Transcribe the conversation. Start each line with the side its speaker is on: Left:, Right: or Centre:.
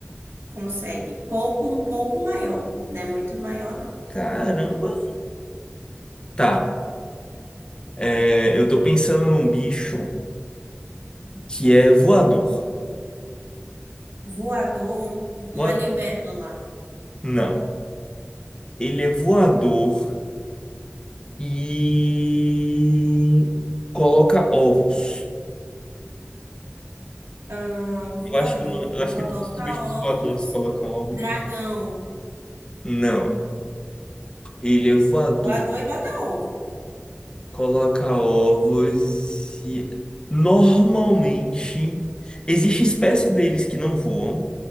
Right: consegue pouco, um pouco maior, não é muito maior, não.
Left: Caramba. Tá. É, eu tô pensando num bicho que é voador.
Right: Voador, uma
Left: Voa-
Right: libélula.
Left: Não. Ele é voador. E coloca ovos.
Right: Ah, voador
Left: Eu acho que, não- eu acho
Right: coloca
Left: que todos os bichos
Right: ovos,
Left: voadores colocam ovos.
Right: dragão,
Left: Não. Ele é voador,
Right: voador e bota ovo,
Left: coloca ovos e normalmente existe espécie deles que não voam.